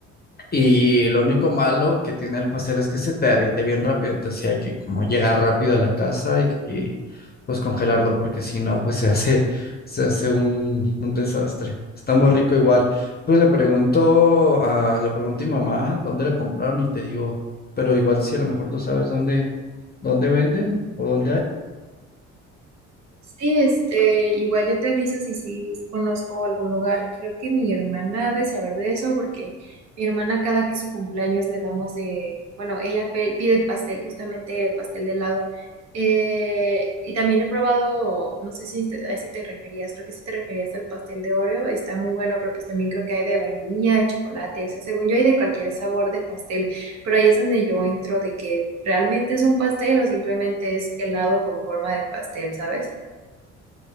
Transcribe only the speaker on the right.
Sí, este, igual yo te aviso si sí conozco algún lugar. Creo que mi hermana ha de saber de eso porque mi hermana cada que es su cumpleaños le damos de, bueno, ella pe- pide pastel, justamente pastel de helado. Eh, y también he probado, no sé si este- a ese te referías, creo que sí te referías al pastel de Oreo, está muy bueno, pero pues también creo que hay de vainilla, de chocolate, o sea, según yo hay de cualquier sabor de pastel, pero ahí es donde yo entro de que realmente es un pastel o simplemente es helado con forma de pastel, ¿sabes?